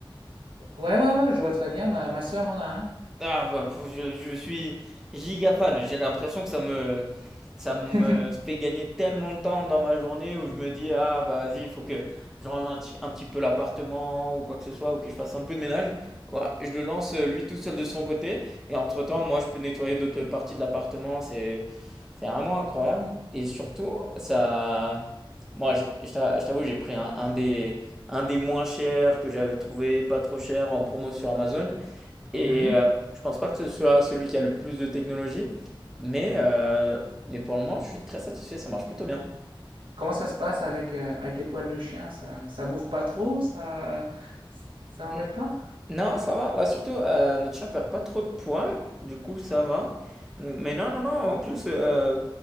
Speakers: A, on the right; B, in the centre.
A: ouais, ouais, ouais, je vois très bien. Ma, ma sœur en a un.
B: Ah, bah, faut- je, je suis giga fan. J'ai l'impression que ça me, que ça me
A: <laughs>
B: fait gagner tellement de temps dans ma journée où je me dis, ah, bah vas-y, il faut que je range un, petit un petit peu l'appartement ou quoi que ce soit, ou que je fasse un peu de ménage. Voilà, je le lance euh, lui tout seul de son côté. Et entre-temps, moi, je peux nettoyer d'autres parties de l'appartement. C'est, c'est vraiment incroyable. Et surtout, ça. Moi, j'ai- je t'a- je t'avoue, j'ai pris un, un des, un des moins chers que j'avais trouvé, pas trop cher, en promo sur Amazon. Et
A: Mhm.
B: euh, je pense pas que ce soit celui qui a le plus de technologie, mais, euh, mais pour le moment, je suis très satisfait, ça marche plutôt bien.
A: Comment ça se passe avec, euh, avec les poils de chien? Ça, ça bourre pas trop? Ça, ça l'embête
B: Mm.
A: pas?
B: Non, ça va. Bah, surtout, euh, notre chien perd pas trop de poils, du coup, ça va. Mm, Mais non, non, non, en plus, euh,